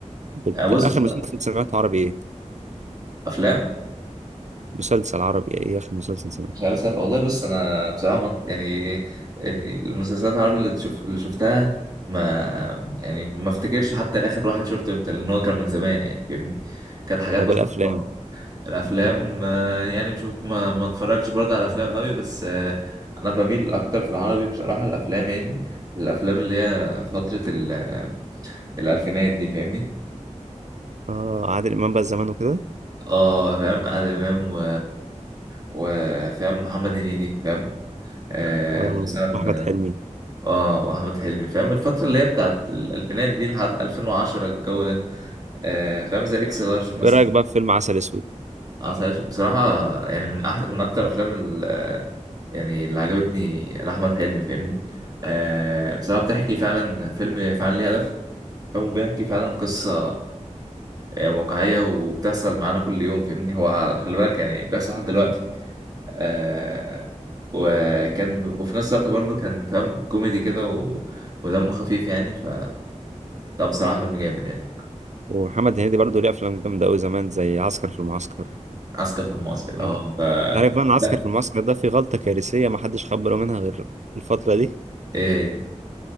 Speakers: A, on the right (about 65°); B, on the right (about 30°).
A: بت...
B: يعني بص
A: اخر
B: أنا
A: مسلسل سمعته عربي ايه؟
B: افلام
A: مسلسل عربي ايه اخر مسلسل سمعته؟
B: مسلسل والله بص انا بصراحة ما- يعني يعني المسلسلات العربي اللي تشوف اللي شفتها ما يعني ما افتكرش حتى اخر واحد شفته امتى لان هو كان من زمان يعني فاهمني كانت حاجات
A: طب
B: مثلا
A: الافلام
B: الافلام آه، يعني مش ما ما اتفرجش برضه على افلام قوي بس آه، انا بميل اكتر في العربي بصراحه الافلام يعني الافلام اللي هي فتره ال- الالفينات دي فاهمني
A: اه عادل امام بقى زمان وكده
B: اه فاهم عادل امام و وفاهم محمد هنيدي فاهم آه
A: اه
B: مثلا
A: واحمد حلمي
B: اه احمد حلمي فاهم الفتره اللي هي بتاعت الالفينات دي لحد 2010 الجو ده آه فاهم زي اكس لارج مثلا
A: ايه رايك بقى في فيلم عسل اسود
B: عسل أسود بصراحة يعني من أحسن من أكتر أفلام ال يعني اللي عجبتني لأحمد حلمي فاهمني آه بصراحة بتحكي فعلا فيلم فعلا ليه هدف فيلم بيحكي فعلا قصة آه، واقعية وبتحصل معانا كل يوم فاهمني هو خلي بالك يعني بيحصل لحد دلوقتي آه وكان وفي نفس الوقت برضه كان فاهم كوميدي كده و... ودمه خفيف يعني ف لا بصراحة فيلم جامد يعني
A: ومحمد هنيدي برضه ليه افلام جامده قوي زمان زي عسكر في المعسكر
B: عسكر في المعسكر
A: يعني
B: اه
A: أنت
B: ف...
A: عارف بقى ان عسكر
B: لا
A: في المعسكر ده في غلطه كارثيه ما حدش خد باله منها غير الفتره دي
B: ايه هي؟